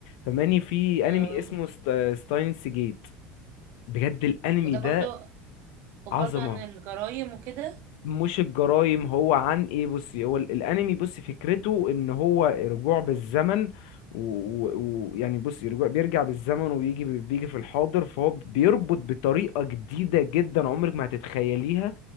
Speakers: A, on the left; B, on the right.
A: فماني في
B: اه
A: انمي اسمه ست... ستاينس جيت بجد الانمي
B: وده
A: ده
B: برضو وبرضو
A: عظمة
B: عن الجرايم وكده
A: مش الجرايم هو عن ايه بصي هو ال- الانمي بصي فكرته ان هو رجوع بالزمن ويعني بصي رجوع بيرجع بالزمن ويجي بي- بيجي في الحاضر فهو بيربط بطريقة جديدة جدا عمرك ما هتتخيليها